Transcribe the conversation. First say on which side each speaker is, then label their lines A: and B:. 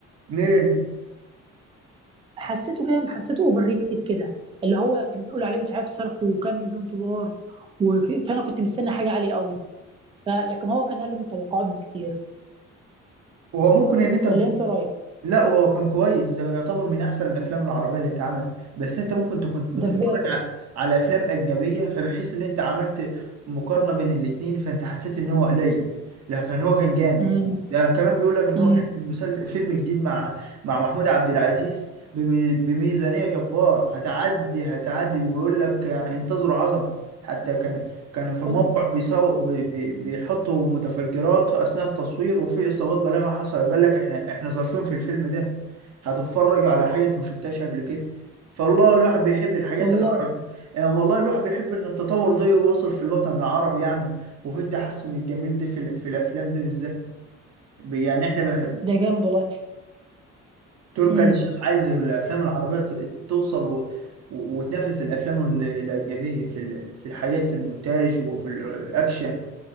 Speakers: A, on the right; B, on the right.
A: ليه
B: حسيته فاهم حسيته اوفر ريتد كده اللي هو كان بيقول عليه مش عارف صرفه وكام مليون دولار وك... فانا كنت مستني حاجه عاليه قوي ف... لكن هو كان اقل من التوقعات بكتير
A: هو ممكن ان انت بت...
B: ولا انت رايك
A: لا هو كان كويس ده يعتبر من احسن الافلام العربيه اللي اتعملت بس انت ممكن تكون بتتفرج
B: ده بجد
A: على, على افلام اجنبيه فبحيث ان انت عملت مقارنه بين الاتنين فانت حسيت ان هو قليل لكن هو كان جامد
B: امم
A: ده كمان بيقول لك ان
B: امم
A: هو بيعمل مسل... فيلم جديد مع مع محمود عبد العزيز بمي... بميزانيه جبار هتعدي هتعدي ويقول لك يعني انتظروا عظمه حتى كان كانوا في الموقع
B: والله
A: بيساو بي بي بيحطوا متفجرات أثناء التصوير وفي إصابات بالغة حصلت قال لك إحنا إحنا ظرفين في الفيلم ده هتتفرج على حاجة أنت ما شفتهاش قبل كده فالله الواحد بيحب الحاجات
B: والله
A: العربية يعني والله الواحد بيحب إن التطور ده يوصل في الوطن العربي يعني وفي التحسن الجميل ده في, ال- في الأفلام ده بالذات يعني إحنا بقى
B: ده جامد والله
A: تركي
B: امم
A: آل الشيخ عايز الأفلام العربية ت- توصل و... و- وتنافس الأفلام ال- الأجنبية في ال- في الحاجات في المونتاج وفي الأكشن